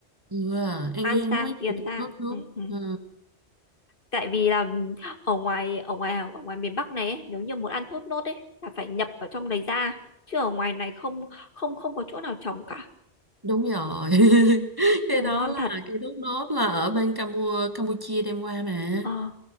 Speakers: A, on the right; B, on the left.
A: ừ, An
B: An
A: Giang
B: Giang,
A: nó mới
B: Tiền
A: chịu
B: Giang.
A: thốt nốt
B: Ừ, ừ.
A: ừ.
B: Tại vì là ừ, ở ngoài ở ngoài ở ngoài miền Bắc này ấy, nếu như muốn ăn thốt nốt ấy là phải nhập ở trong đấy ra, chứ ở ngoài này không không không có chỗ nào trồng cả.
A: đúng rồi <laughs>
B: Nhưng
A: cái đó
B: mà ngon
A: là
B: thật.
A: cái thốt nốt là ở bên Campu Campuchia đem qua mà
B: Ờ,